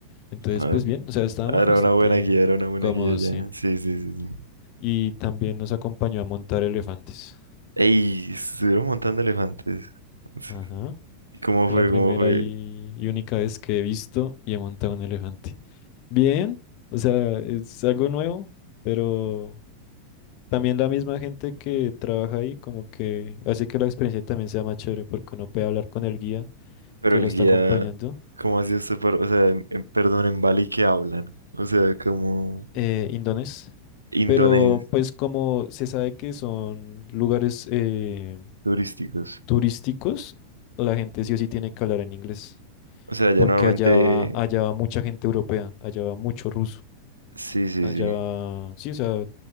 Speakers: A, on the left; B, on the right.
A: Entonces
B: Ah,
A: pues bien, o sea, estábamos
B: era
A: bastante
B: una buena guía, era una buena
A: cómodos,
B: guía ya.
A: sí.
B: Sí, sí, sí, sí.
A: Y también nos acompañó a montar elefantes.
B: Ey, estuvieron montando elefantes. Sí.
A: Ajá.
B: ¿Y cómo
A: Fue
B: fue?
A: la primera
B: ¿Cómo fue?
A: y, y única vez que he visto y he montado un elefante. Bien, o sea, es algo nuevo, pero también la misma gente que trabaja ahí como que hace que la experiencia también sea más chévere porque uno puede hablar con el guía
B: Pero
A: que
B: el
A: lo está
B: guía,
A: acompañando,
B: ¿cómo hacía usted para, o sea, en- en- perdón, en Bali que hablan? O sea, como
A: eh, indonés.
B: indonés,
A: Pero pues como se sabe que son lugares eh,
B: turísticos.
A: turísticos, la gente sí o sí tiene que hablar en inglés
B: O sea, ya
A: porque
B: normalmente,
A: allá va, allá va mucha gente europea, allá va mucho ruso.
B: sí, sí,
A: Allá,
B: sí.
A: sí, o sea,